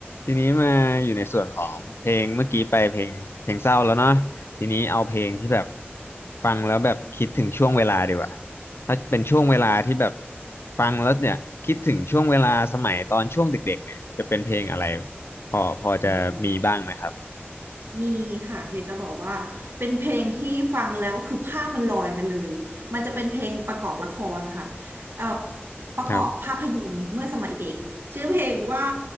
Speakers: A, on the left; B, on the right.
A: ทีนี้มาอยู่ในส่วนของเพลงเมื่อกี้ไปเพลงเพลงเศร้าแล้วเนาะทีนี้เอาเพลงที่แบบฟังแล้วแบบคิดถึงช่วงเวลาดีกว่าถ้าเป็นช่วงเวลาที่แบบฟังแล้วเนี่ยคิดถึงช่วงเวลาสมัยตอนช่วงเด็กๆเนี่ยจะเป็นเพลงอะไรพอพอจะมีบ้างไหมครับ
B: อืม มีค่ะอยากจะบอกว่าเป็นเพลงที่ฟังแล้วคือภาพมันลอยมาเลยมันจะเป็นเพลงประกอบละครค่ะเอ่อประกอบภาพยนตร์เมื่อสมัยเด็กชื่อเพลงว่า
A: ครับ